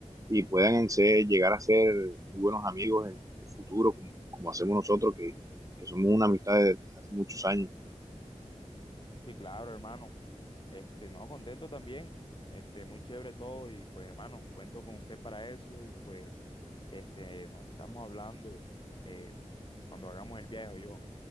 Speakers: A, on the right; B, on the left.
A: y puedan ser, llegar a ser muy buenos amigos en el futuro, como, como hacemos nosotros, que, que, somos una amistad de, de hace muchos años.
B: Sí, claro, hermano. Este, no, contento también. Este, muy chévere todo y pues, hermano, cuento con usted para eso y pues, este, nos estamos hablando eh, cuando hagamos el viaje o yo.